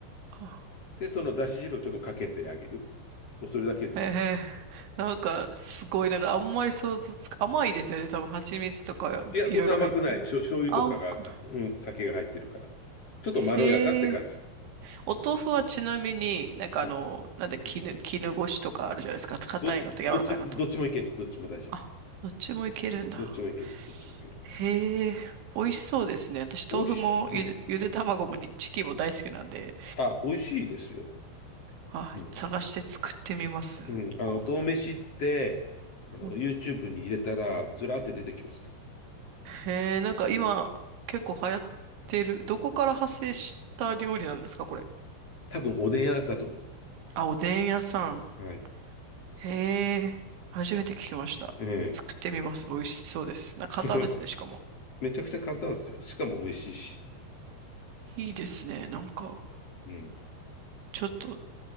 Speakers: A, on the right; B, on the left.
A: あ、
B: で、そのだし汁をちょっとかけてあげる。もうそれだけですよ。
A: へえ、なんか、すごい、なんか、あんまり想像つか、甘いですよね。多分、蜂蜜とか、
B: いや、
A: いろいろ入ってる。
B: そんな甘くない。しょ、醤油とかが、
A: 甘くな
B: はうん、酒が入ってるから。ちょっとまろやかって感じ。
A: い。へえ。お豆腐はちなみに、なんかあの、
B: うん、
A: なんで、絹、
B: うん。
A: 絹ごしとかあるじゃないですか。硬いのと柔らかいのと。
B: ど、どっち、どっちもいける。どっちも大丈夫。
A: あ、どっちもいけるんだ。
B: どっちもいける。どっちもいける。
A: へえ、
B: うん、
A: 美味しそうですね。私、
B: おいしい。
A: 豆腐もゆで、
B: うん。
A: ゆで卵もにチキンも大好きなんで、
B: あ、美味しいですよ。
A: あ、
B: うん。
A: 探して作ってみます。
B: うん。あの、
A: こ
B: 豆飯って、あの、
A: ううん
B: YouTube に入れたら、ずらーって出てきます。
A: へえ、なんか今、結構流行ってる。どこから派生した料理なんですか、これ。
B: 多分、おでん屋だと思
A: あ、おでん屋さん。
B: う。はい。
A: へえ、初めて聞きました。
B: ええ。
A: 作ってみます。美味しそうです。な、
B: <laughs>
A: 簡単ですね、しかも。
B: めちゃくちゃ簡単ですよ。しかも美味しいし。
A: いいですね。なんか、
B: うん。
A: ちょっと